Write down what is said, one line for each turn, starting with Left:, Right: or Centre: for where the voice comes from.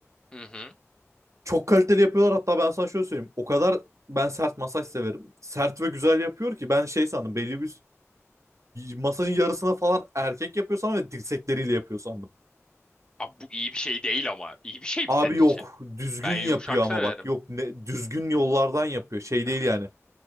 Left: Hı hı.
Right: Çok kaliteli yapıyorlar hatta ben sana şöyle söyleyeyim. O kadar ben sert masaj severim. Sert ve güzel yapıyor ki ben şey sandım belli bir masajın yarısına falan erkek yapıyor sandım ve dirsekleriyle yapıyor sandım.
Left: Abi bu iyi bir şey değil ama. İyi bir şey
Right: Abi
Left: mi senin
Right: yok
Left: için?
Right: düzgün
Left: Ben
Right: yapıyor
Left: yumuşak
Right: ama
Left: severim.
Right: bak yok ne, düzgün yollardan yapıyor şey
Left: Evet.
Right: değil yani.